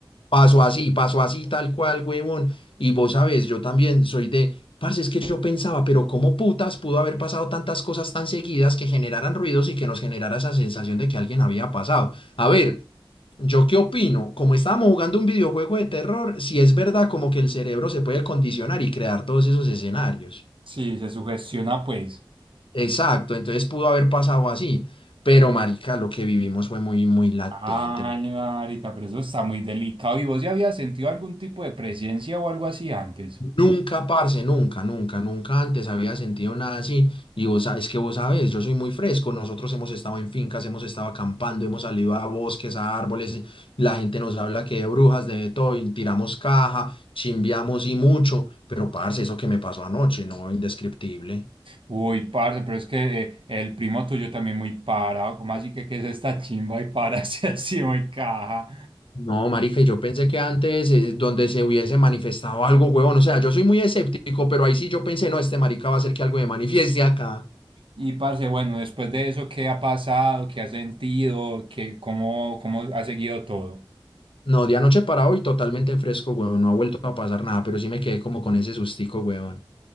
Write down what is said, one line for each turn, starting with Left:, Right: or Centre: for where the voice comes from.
Left: Pasó así, pasó así, tal cual, huevón. Y vos sabés, yo también soy de, parce, es que yo pensaba, pero ¿cómo putas pudo haber pasado tantas cosas tan seguidas que generaran ruidos y que nos generara esa sensación de que alguien había pasado? A ver, ¿yo qué opino? Como estábamos jugando un videojuego de terror, si es verdad como que el cerebro se puede condicionar y crear todos esos escenarios.
Right: Sí, se sugestiona, pues.
Left: Exacto, entonces pudo haber pasado así. Pero, marica, lo que vivimos fue muy, muy latente,
Right: Ay,
Left: muy
Right: marica, pero eso está muy delicado. ¿Y vos ya habías sentido algún tipo de presencia o algo así antes?
Left: Nunca, parce, nunca, nunca, nunca antes había sentido nada así. Y vos, sa- es que vos sabés, yo soy muy fresco. Nosotros hemos estado en fincas, hemos estado acampando, hemos salido a bosques, a árboles. La gente nos habla que de brujas, de todo, y tiramos caja, chimbiamos y mucho. Pero, parce, eso que me pasó anoche, no, indescriptible.
Right: Uy, parce, pero es que eh, el primo tuyo también muy parado. ¿Cómo así que qué es esta chimba y pararse <laughs> así muy caja?
Left: No, marica, y yo pensé que antes, eh, donde se hubiese manifestado algo, huevón. O sea, yo soy muy escéptico, pero ahí sí yo pensé, no, este marica va a hacer que algo me manifieste acá.
Right: Y parce, bueno, después de eso, ¿qué ha pasado? ¿Qué has sentido? ¿Qué, cómo, cómo ha seguido todo?
Left: No, de anoche para hoy totalmente fresco, weón. No ha vuelto a pasar nada, pero sí me quedé como con ese sustico, weón.